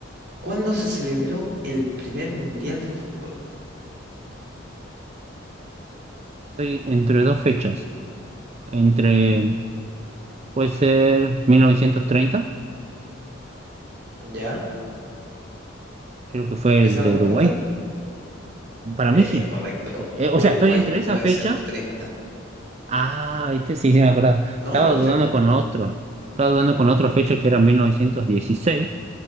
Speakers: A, on the right (about 55°); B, on the right (about 30°).
A: ¿Cuándo se celebró el primer mundial de fútbol?
B: Estoy entre dos fechas, entre, puede ser mil novecientos treinta
A: ¿Ya?
B: creo que fue
A: ¿Esa
B: el
A: es
B: de
A: la respuesta?
B: Uruguay. Para mí
A: Eh,
B: sí.
A: correcto.
B: Eh, eh,
A: Uruguay
B: o sea, estoy entre
A: mil
B: esa
A: novecientos
B: fecha
A: treinta.
B: Ah, viste, sí, sí, me acuerdo.
A: No,
B: Estaba
A: perfecto.
B: dudando con otro. Estaba dudando con otra fecha que era 1916,